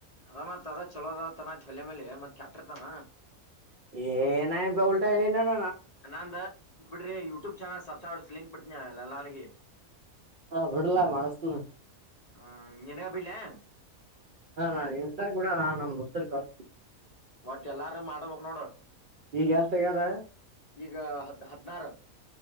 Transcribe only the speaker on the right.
ಏನಾನಪ್ಪೆನ ಉಲ್ಟಾ ಹೇಳಿನನ
ಹಾ ಬಿಡ್ಲೆ ಮಾಡಸ್ತಿನಿ
ಹಾ ನಾನ್ ಇರಲಾಕ ಬೀಡಣ್ಣಾ ನಮ್ಮ ದೋಸ್ತರಿಗ್ ಕಳಸ್ತಿನಿ
ಈಗ ಎಷ್ಟ ಆಗ್ಯರ